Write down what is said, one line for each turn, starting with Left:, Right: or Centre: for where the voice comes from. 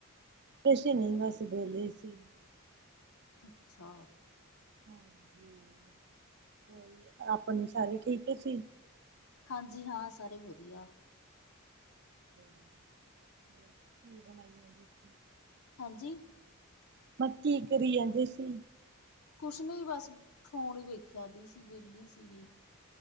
Right: ਕੁਛ ਨਹੀਂ ਬਸ ਵੇਲੀ ਸੀ।
Left: ਅੱਛਾ
Right: ਹਾਂਜੀ ਹੋਰ ਆਪਣੇ ਸਾਰੇ ਠੀਕ ਹੈ ਜੀ।
Left: ਹਾਂਜੀ ਹਾਂ, ਸਾਰੇ ਵਧੀਆ।
Right: <inaudible>
Left: ਹਾਂਜੀ
Right: ਮੈ ਕੀ ਕਰੀ ਜਾਂਦੇ ਸੀ।
Left: ਕੁਛ ਨਹੀਂ ਬਸ ਫੋਨ ਹੀ ਵੇਖਿਆ ਆਦੀ ਸੀ ਵਿਹਲੀ ਸੀਗੀ